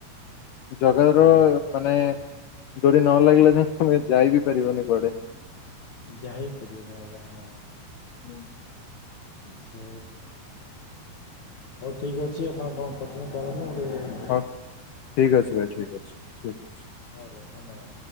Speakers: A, on the left (about 75°); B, on the left (about 50°).
A: ଜଗାର
B: ଆଜ୍ଞା
A: ମାନେ ଡୋରି ନ ଲାଗିଲେ ଯେ ତମେ ଯାଇ ବିି ପାରିବନି କୁଆଡେ
B: ଯାାଇ ପଡ଼ିଓନ ଆ ଯଞ ହଁ
A: <unintelligible>
B: ଆଛ ହଉ ଠିକ୍ ଅଛି ଆପଣ କଣ କରୁଛନ୍ତି କରନ୍ତୁ ଟିକେ
A: ହଁ ଠିକ ଅଛି ଭାଇ ଠିକ ଅଛି ଠିକ ଅଛି
B: ଆା ଧନ୍ୟବାଦ